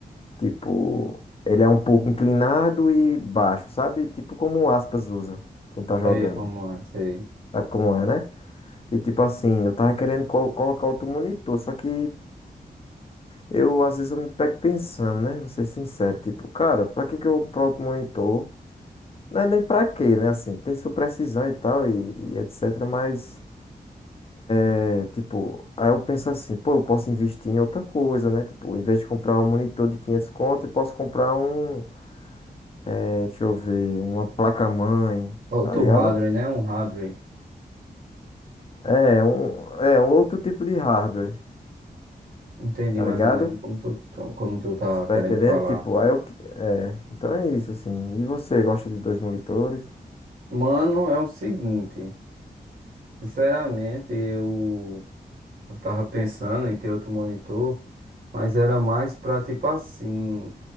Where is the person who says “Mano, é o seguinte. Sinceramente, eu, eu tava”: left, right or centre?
Right